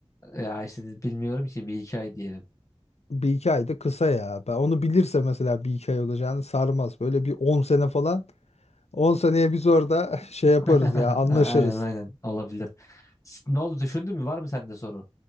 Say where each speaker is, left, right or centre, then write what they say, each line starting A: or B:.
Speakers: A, on the left; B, on the left.
A: Ya işte bilmiyorum ki bir hikaye diyelim.
B: Bir iki ay da kısa ya. Ben onu bilirse mesela bir iki ay olacağını sarmaz. Böyle bir 10 sene falan. 10 seneye biz orada <laughs> şey
A: <laughs>
B: yaparız ya anlaşırız.
A: Aynen aynen olabilir. S- Ne oldu düşündün mü? Var mı sende soru?